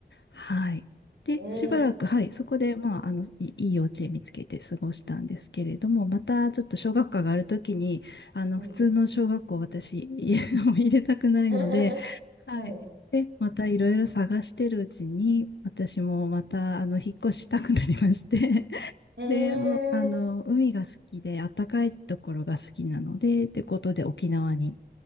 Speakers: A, on the left (about 80°); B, on the right (about 65°).
A: はい。で、
B: ええ
A: しばらく、はい、そこで、まあ、あの、いいい幼稚園見つけて過ごしたんですけれども、またちょっと小学科があるときに、あの、
B: うんうん。
A: 普通の小学校、私、家を <laughs> 入れたくないので、
B: <laughs>
A: はい。
B: はい。
A: で、またいろいろ探してるうちに、私もまた、あの、引っ越したくなりまして、<laughs>
B: え
A: で、もう、あの、
B: え
A: 海が好きで、暖かいところが好きなので、ってことで沖縄に